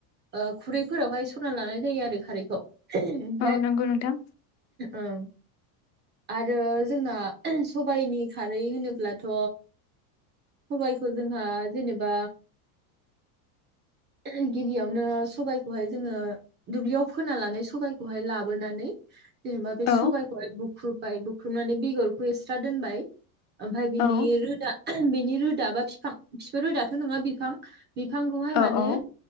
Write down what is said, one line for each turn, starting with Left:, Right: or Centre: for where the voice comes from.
Right: ओ खुरैफोरावहाय सरना लानाय जायो आरो खारैखौ । ओमफाय
Left: औ नंगौ नोंथां
Right: ओं आरो जोंना सबायाइनि खारै होनोब्लाथ' सबयखौ जोंहा जेनेबा ओ गिबियावनो सबाइखौहाय जोङो दुब्लियाव फोना लानानै सबाइखौहाय लाबोनानै जेनेबा बे
Left: औ
Right: सबाइखौहाय बुख्रुबबाय बुख्रुबनानै बेगरखौ एस्रा दोनबाय ओमफफ्राय बिनि
Left: औ
Right: रोदा बेनि रोदा बा फिफ बिफां बिफोर रोदाथ' नङा बिफां बिफांखौहाय
Left: औ
Right: माने
Left: औ